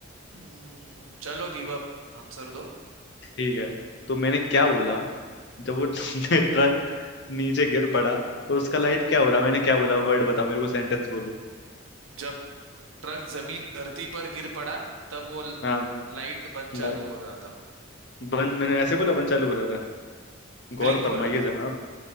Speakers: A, on the right; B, on the left.
A: हम्म, चलो गिव अप आंसर दो
B: ठीक है तो मैंने क्या बोला जब वो <laughs> ट्रक नीचे गिर पड़ा तो उसका लाइट क्या हो रहा मैंने क्या बोला वर्ड बताओ मेरे को सेंटेंस बोलो
A: जब ट्रक जमीन धरती पर गिर पड़ा तब वो लाइट
B: हाँ
A: बंद चालू
B: ला-
A: हो रहा था
B: बंद मैंने ऐसे बोला बंद चालू हो रहा था गौर
A: ब्लिंक
B: फरमाइए
A: हो रहा था
B: जनाब